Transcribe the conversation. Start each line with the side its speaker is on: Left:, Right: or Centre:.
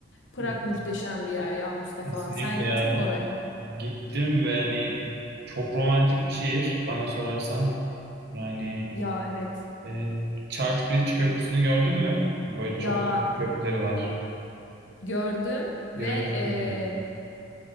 Left: Prag
Right: Hı.
Left: muhteşem bir yer ya Mustafa.
Right: Kesinlikle
Left: Sen gittin
Right: yani
Left: mi oraya?
Right: gittim ve hani çok romantik bir şehir bana sorarsan. Yani
Left: Ya evet.
Right: e, Charles Bridge Köprüsü'nü gördün mü? Ya Böyle çok
Left: Ya
Right: büyük köprüleri var.
Left: gördüm
Right: Yürümüşsün.
Left: ve e,